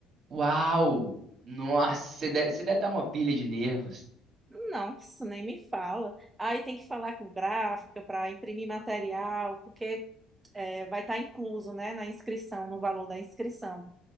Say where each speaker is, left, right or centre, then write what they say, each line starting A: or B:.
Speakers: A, on the right; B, on the right.
A: Uau! Nossa, você deve, você deve estar uma pilha de nervos.
B: Não, isso nem me fala. Aí tem que falar com gráfica para imprimir material, porque é, vai estar incluso, né, na inscrição, no valor da inscrição.